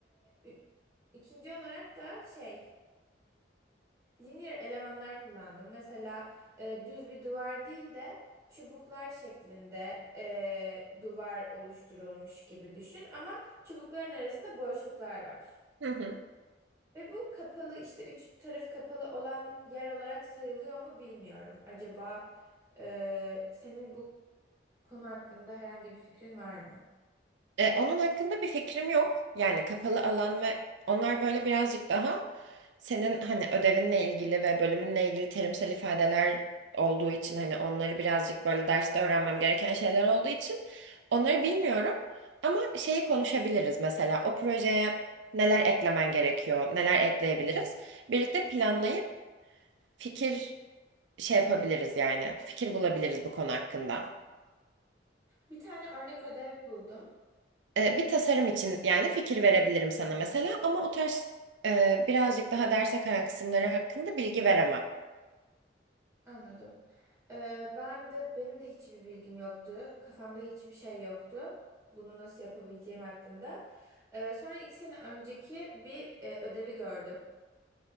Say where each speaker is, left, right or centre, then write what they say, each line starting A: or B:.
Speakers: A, on the right; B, on the right.
A: Ü- İkinci olarak da şey, linear elemanlar kullandım. Mesela e, düz bir duvar değil de çubuklar şeklinde e, duvar oluşturulmuş gibi düşün ama çubukların arasında boşluklar var.
B: Hı hı.
A: Ve bu kapalı işte üç tarafı kapalı olan yer olarak sayılıyor mu bilmiyorum. Acaba e, senin bu konu hakkında herhangi bir fikrin var mı?
B: E, onun hakkında bir fikrim yok. Yani kapalı alan ve onlar böyle birazcık daha senin hani ödevinle ilgili ve bölümünle ilgili terimsel ifadeler olduğu için hani onları birazcık böyle derste öğrenmem gereken şeyler olduğu için onları bilmiyorum. Ama şeyi konuşabiliriz mesela o projeye neler eklemen gerekiyor, neler ekleyebiliriz. Birlikte planlayıp fikir şey yapabiliriz yani fikir bulabiliriz bu konu hakkında.
A: Bir tane örnek ödev buldum.
B: E, bir tasarım için yani fikir verebilirim sana mesela ama o tarz e, birazcık daha derse kayan kısımları hakkında bilgi veremem.
A: Anladım. Ee, ben de benim de hiçbir bilgim yoktu. Kafamda hiçbir şey yoktu. Bunu nasıl yapabileceğim hakkında. Ee, sonra iki sene önceki bir e, ödevi gördüm.